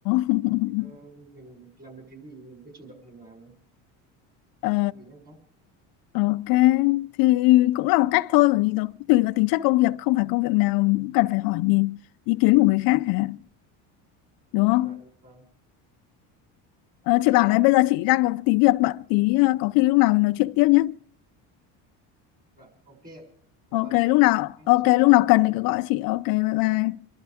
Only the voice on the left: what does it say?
<laughs>
ờ,
ok thì cũng là một cách thôi bởi vì nó cũng tùy vào tính chất công việc không phải công việc nào mình cũng cần phải hỏi nhìn ý kiến của người khác hả đúng
không
Ờ, chị bảo này bây giờ chị đang có tí việc bận tí ờ, có khi lúc nào mình nói chuyện tiếp nhé
ok
lúc nào
ok
lúc nào cần thì cứ gọi chị ok bye bye